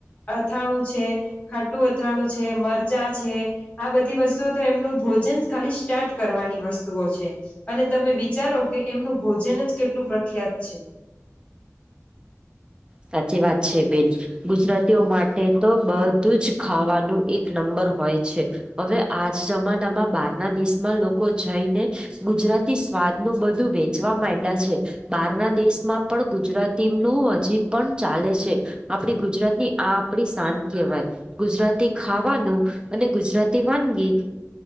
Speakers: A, on the left (about 25°); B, on the right (about 15°).
A: અથાણું છે, ખાટું અથાણું છે, મરચાં છે, આ બધા વસ્તુ, એમનું ભોજન ખાલી સ્ટાર્ટ કરવાની વસ્તુઓ છે, અને તમે ધારો કે, એમનું ભોજન જ કેટલું પ્રખ્યાત છે.
B: સાચી વાત છે બેન. ગુજરાતીઓ માટે તો બધું જ ખાવાનું એક નંબર હોય છે. હવે આજના જમાનામાં બાર ના દેશમાં લોકો જઈને. ગુજરાતી સ્વાદ નું બધું વેચવા માંડયા છે. બહારના દેશમાં પણ ગુજરાતી નું હજી પણ ચાલે છે. આપડી ગુજરાતની આ આપડી શાન કહેવાય. ગુજરાતી ખાવાનું અને ગુજરાતી વાનગી.